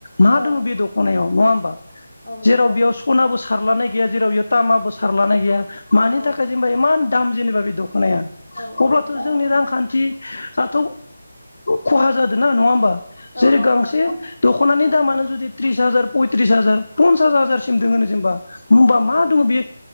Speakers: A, on the left; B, on the left.
A: मा
B: औ
A: दङ बे दखनायाव नङा हबा
B: औ
A: जेराव
B: नंगौ
A: बेयाव सनाबो सारलानाय गैया जेराव बेयाव तामाबो सारला गैया मनि
B: औ औ
A: थाखाय इमान दाम जेनेबा बे दखनाया
B: औ
A: अब्लाथ
B: औ
A: जोंनि रांखथि। थ खहा जादों ना नङा होमबा जेरै
B: औ नंगौ
A: गांसे
B: नोंथां
A: दखनानि।
B: औ
A: दामानो जुदि त्रिस हाजार पयथ्रिस हाजार पन्सास हाजारसिम दङो जेनेबा। होनबा
B: औ
A: मा
B: औ
A: दङ बे